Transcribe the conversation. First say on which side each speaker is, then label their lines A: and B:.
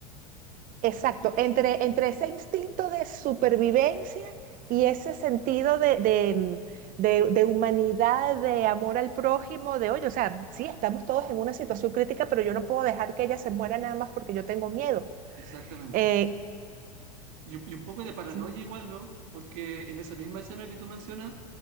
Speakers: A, on the right; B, on the right.
A: exacto,
B: sí,
A: entre, entre ese instinto de supervivencia y ese sentido de, de, de, de humanidad, de amor al prójimo, de, oye, o sea, sí, estamos todos en una situación crítica, pero yo no puedo dejar que ella se muera nada más porque yo tengo miedo.
B: exactamente.
A: Eh,
B: Y, un y un poco de paranoia
A: sí.
B: igual, ¿no? Porque en esa misma escena que tú mencionas,